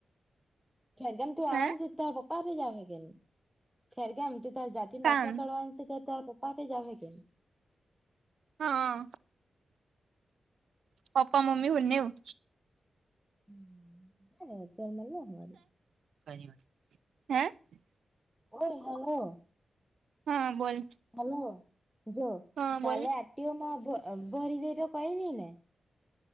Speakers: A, in the centre; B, on the right.
A: ખેરગામ તુ આવાની
B: હે
A: છે. તાર પપ્પા હાથે જ આવે કે ની ખેરગામ તુ તારો જાતી નો
B: કામ
A: દાખલો કાઢવાની તે તો તારા પપ્પા હાથે જ આવે કે ની.
B: હા પપ્પા મમ્મી બનેવું.
A: હમ્મ અને ત્યારે મન લેવું ને વળી.
B: તારી વારી હે.
A: ઓય હલો.
B: હા બોલ.
A: હલો જો
B: હા
A: કાલે
B: બોલ
A: આટ એઓમાં ભ ભરી દે તો કઈ ની ને.